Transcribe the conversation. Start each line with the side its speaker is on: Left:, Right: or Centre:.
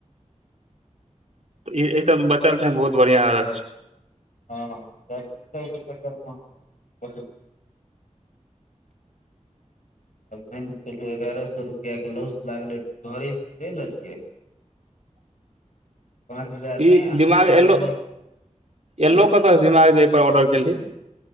Right: एहि सब स बचल छैऽ बहुत बढ़ियां आदत छ
Left: हँ त ई सबके चक्कर में बहुत आब मान कऽ चलू एगारह सए रुपआ के लॉस लागलै घरे स ल लेलिय पाँच हजार
Right: ई
Left: नहि अहाँके
Right: दिमाग
Left: सामनेये
Right: एल्लो
Left: आँय
Right: एल्लो कत स दिमाग जे एहिपर ऑर्डर केलही